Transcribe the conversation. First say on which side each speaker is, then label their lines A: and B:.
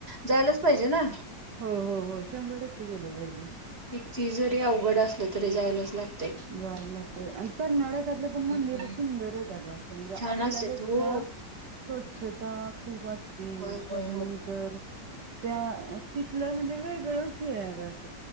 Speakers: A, on the right; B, on the right.
A: जायलाच पाहिजे ना
B: हो हो हो शंभर टक्के गेलं पाहिजे
A: तिची जरी अवघड असल तरी जायलाच लागते
B: जाय लागत आणि कर्नाटकातलं पण
A: हम्म.
B: मंदिर सुंदर आहे का ग म्हणजे
A: छान
B: आपल्यापेक्षा
A: असत्यात हो
B: स्वच्छता खूप असते
A: होय होय
B: त्याच्यानंतर
A: होय.
B: तर त्या तिथलं म्हणजे वेगळंच हे अग असं